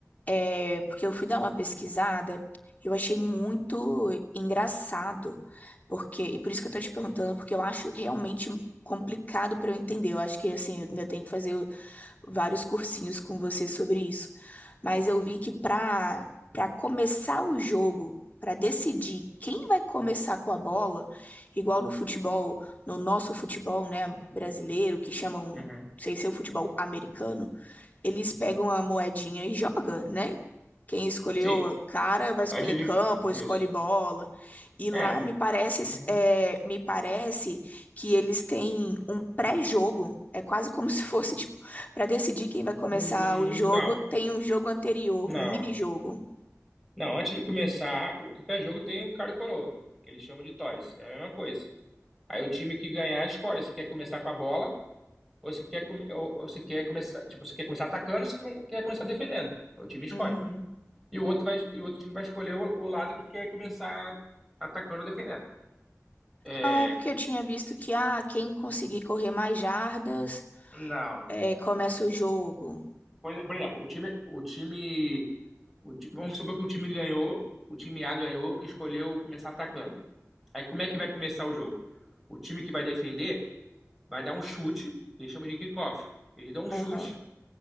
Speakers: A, on the left; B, in the centre.
A: É, porque eu fui dar uma pesquisada, eu achei muito engraçado, porque, e por isso que eu tô te perguntando, porque eu acho realmente complicado para eu entender. Eu acho que assim, eu ainda tenho que fazer vários cursinhos com você sobre isso. Mas eu vi que para para começar o jogo, para decidir quem vai começar com a bola, igual no futebol, no nosso futebol, né, brasileiro, que chamam, não
B: Uhum.
A: sei se é o futebol americano, eles pegam a moedinha e joga, né? Quem escolheu
B: Sim,
A: cara vai escolher
B: antes
A: campo,
B: de.
A: escolhe
B: Isso.
A: bola. E lá
B: É.
A: me parece,
B: Uhum.
A: é, me parece que eles têm um pré-jogo. É quase como <laughs> se fosse tipo para decidir quem vai começar
B: Hum,
A: o jogo,
B: Não,
A: tem um jogo anterior,
B: não.
A: um mini-jogo.
B: Não, antes de começar, o- qualquer jogo tem o cara e coroa, que eles chamam de toys. É a mesma coisa. Aí o time que ganhar escolhe se quer começar com a bola ou se quer, come- ou, ou se quer começar, tipo, se quer começar atacando ou se quer quer começar defendendo. O time escolhe.
A: Uhum.
B: E o outro vai, e o outro time vai escolher o, o lado que quer começar atacando ou defendendo. É,
A: Ah, é porque eu tinha visto que ah, quem conseguir correr mais jardas
B: não.
A: é, começa o jogo.
B: Por, ex- por exemplo, o time, o time, o ti- vamos supor que o time ganhou, o time A ganhou, e escolheu começar atacando. Aí como é que vai começar o jogo? O time que vai defender vai dar um chute, eles chamam de kickoff. Eles dão um
A: Aham.
B: chute